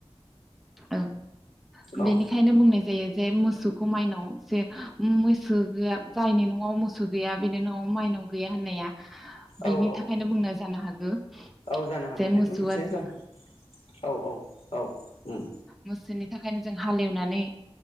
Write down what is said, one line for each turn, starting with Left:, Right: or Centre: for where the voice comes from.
Centre: औ बेनिखायनो
Left: औ
Centre: बुंनाय जायो जे मोसौखौ माइनाव जे मैसो गैया जायनि न'आव मोसौ गैया बेनि न'आव माइनाव गैया होननाया
Left: औ
Centre: बेनि
Left: औ
Centre: थाखायनो
Left: औ
Centre: बुंनाय जानो हागौ
Left: औ जानो हागौ
Centre: जे
Left: बेबो
Centre: मोसौआ
Left: मोनसे
Centre: जों
Left: जाहोन औ औ औ उम
Centre: मोसौनि जों हालेवनानै